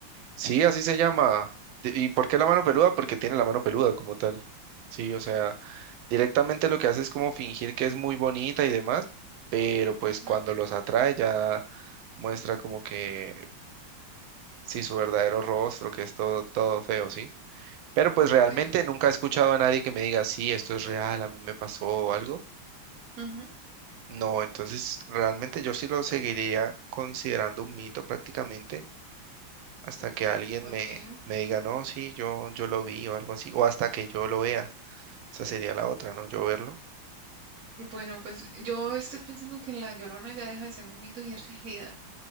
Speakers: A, on the right (about 75°); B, on the right (about 50°).
A: Sí, así se llama. De- ¿Y por qué la mano peluda? Porque tiene la mano peluda como tal. Sí, o sea, directamente lo que hace es como fingir que es muy bonita y demás, pero pues
B: Ujú,
A: cuando los atrae ya muestra como que sí su verdadero rostro, que es todo, todo feo, ¿sí? Pero pues realmente
B: Ok,
A: nunca he escuchado a nadie que me diga, sí, esto es real, a mí me pasó o algo.
B: ujú,
A: No, entonces realmente yo sí lo seguiría considerando un mito prácticamente. hasta que alguien
B: ok.
A: me, me diga, no, sí, yo, yo lo vi o algo así, o hasta que yo lo vea. Esa sería la otra, ¿no? Yo verlo.
B: Bueno, pues yo estoy pensando que la Llorona ya deja de ser un mito y es <laughs> realidad.